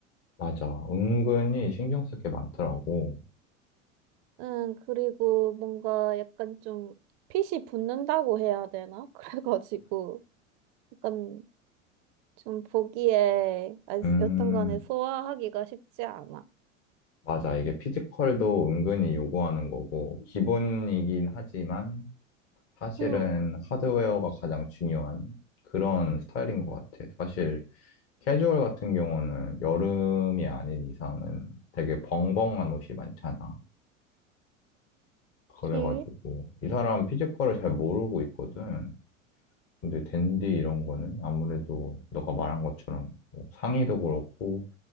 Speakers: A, on the left; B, on the right.
A: 맞아 은근히 신경 쓸 게 많더라고
B: 응, 그리고 뭔가 약간 좀 핏이 붙는다고 해야 되나? <laughs> 그래가지고 약간 좀 보기에 아,
A: 음
B: 여튼 간에 소화하기가 쉽지 않아.
A: 맞아. 이게 피지컬도 은근히 요구하는 거고, 기본이긴 하지만, 사실은
B: 응,
A: 하드웨어가 가장 중요한 그런 스타일인 것 같아. 사실, 캐주얼 같은 경우는 여름이 아닌 이상은 되게 벙벙한 옷이 많잖아. 그래가지고,
B: 그치?
A: 이 사람 피지컬을 잘 모르고 있거든. 근데 댄디 이런 거는 아무래도 너가 말한 것처럼 뭐 상의도 그렇고,